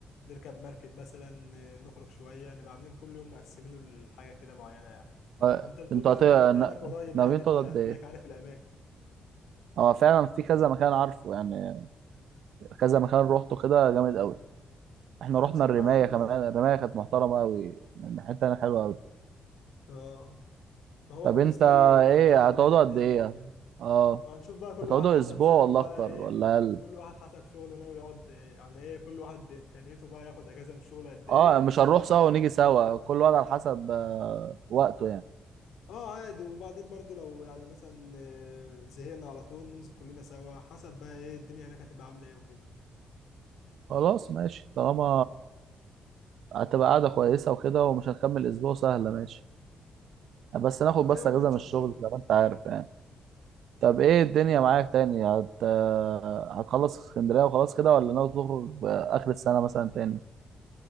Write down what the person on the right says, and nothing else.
آه،
انتوا
هت...
نا-
ناويين
تقعدوا
قد ايه
اه فعلا في كذا مكان عارفه يعني كذا مكان روحته كده جامد قوي احنا
رحنا الرمايه
كمان الرمايه كانت محترمه قوي الحته هناك حلوه قوي
طب
انت
ايه
هتقعدوا
قد ايه
اه
هتقعدوا
اسبوع
ولا
اكتر
ولا اقل
اه
مش هنروح سوا
ونيجي
سوا كل واحد على حسب آه، وقته يعني
خلاص ماشي طالما هتبقى قاعدة كويسة وكده ومش هنكمل أسبوع سهلة ماشي بس ناخد بس
أجازة
من الشغل
زي ما أنت عارف يعني طب إيه الدنيا معاك تاني هت... آه، هتخلص اسكندرية وخلاص كده ولا ناوي تخرج آخر السنة مثلا تاني